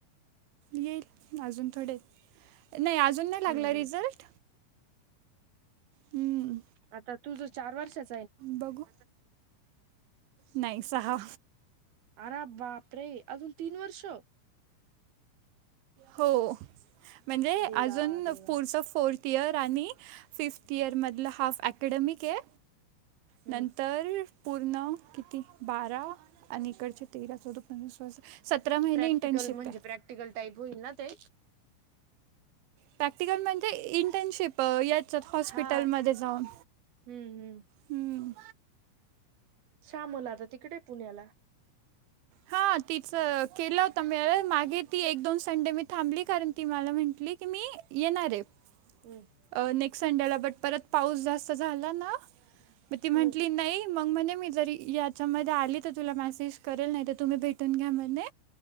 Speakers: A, on the right; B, on the right.
A: येईल अजून थोडे. नाही अजून नाही लागला
B: हम्म
A: रिझल्ट.
B: हम्म
A: हम्म,
B: आता तुझं चार वर्षाचं.
A: बघू नाही सहा.
B: अरा बाप रे अजून तीन वर्ष.
A: हो म्हणजे
B: देवा
A: अजून
B: देवा
A: फोर्स फोर. फिफ्थ इयर आणि फिफ्त इयर मधलं हाफ ॲकॅडमीक आहे
B: हम्म
A: नंतर. तर पूर्ण किती बारा आणि इकडचे तेरा चौदा पंचवीसस. सतरा महिने
B: प्रॅक्टिकल
A: इंटर्नशिप
B: म्हणजे
A: आहे.
B: टाईप होईल ना ते.
A: प्रॅक्टिकल म्हणजे इंटर्नशिप याचात हॉस्पिटलमध्ये
B: हा
A: जाऊन.
B: हम्म हम्म.
A: हम्म,
B: शामल आता तिकडे आहे पुण्याला.
A: हा तिच केलं होत म मागे ती एक दोन संडे मी थांबली कारण. ती मला म्हटली की, मी येणारे
B: हम्म
A: अ नेक संडेला. बट परत पाऊस जास्त झाला ना. म ती म्हटली
B: हम्म
A: नाही. मग म्हणे मी जर याद च्या मध्ये आली तर तुला मेसेज करेल. नाही त तुम्ही भेटून घ्या म्हणे.